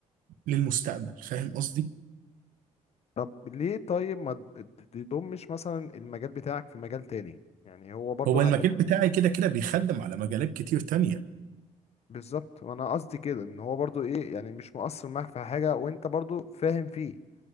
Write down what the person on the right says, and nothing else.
للمستقبل فاهم قصدي
هو المجال
بتاعي كده كده بيخدم على مجالات كتير تانية